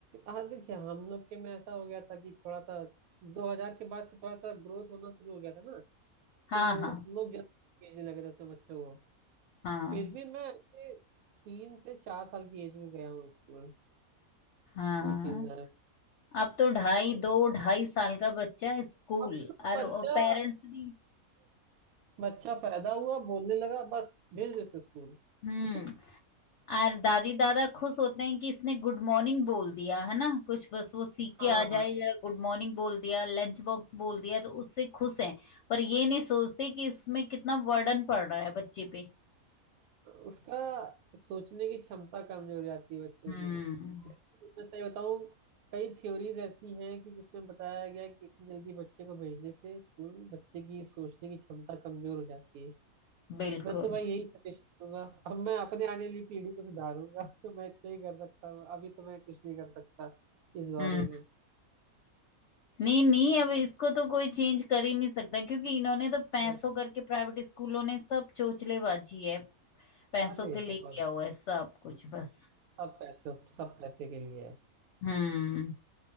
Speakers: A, on the right (about 80°); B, on the left (about 65°).
A: हाँ देखिए हम लोग के में ऐसा हो गया था कि थोड़ा सा 2000 के बाद से थोड़ा सा ग्रोथ होना शुरू हो गया था ना
B: हाँ
A: तो
B: हाँ
A: लोग जल्दी भेजने लगे थे अपने बच्चों को
B: हाँ
A: फिर भी मैं ऐसे तीन से चार साल की एज में गया हूँ स्कूल
B: हाँ
A: ये सीन है
B: अब तो ढाई
A: तो
B: दो ढाई साल का बच्चा स्कूल
A: अब तो
B: और
A: बच्चा
B: पेरेंट्स भी
A: बच्चा पैदा हुआ बोलने लगा बस भेज दो इसको स्कूल
B: हम्म
A: <laughs>
B: और दादी दादा खुश होते हैं कि इसने गुड मॉर्निंग बोल दिया है ना कुछ बस वो सीख के
A: हाँ
B: आ
A: हाँ
B: जाए जरा गुड मॉर्निंग बोल दिया लंच बॉक्स बोल दिया तो उससे खुश हैं पर ये नहीं सोचते कि इसमें कितना वर्डन पड़ रहा है बच्चे पे
A: उसका सोचने की क्षमता कमजोर हो जाती है बच्चों
B: हम्म
A: की लेकिन मैं सही बताऊं कई थ्योरीज ऐसी हैं कि जिसमें बताया गया है कि इतनी जल्दी बच्चे को भेजने से स्कूल बच्चे की सोचने की क्षमता कमजोर हो जाती है
B: बिल्कुल
A: मैं तो भाई यही सजेशन दूंगा अब मैं अपने आने वाली पीढ़ी को सुधारूंगा <laughs> तो मैं इतना ही कर सकता हूँ अभी तो मैं कुछ नहीं कर सकता इस बारे
B: हम्म
A: में
B: नहीं नहीं अब इसको
A: बस
B: तो कोई चेंज कर ही नहीं सकता क्योंकि इन्होंने तो पैसों
A: वही।
B: करके प्राइवेट स्कूलों ने सब चोचलेबाजी है पैसों
A: बाद में
B: के लिए
A: पकड़
B: किया हुआ है सब कुछ बस
A: सब पैसे सब पैसे के लिए है
B: हम्म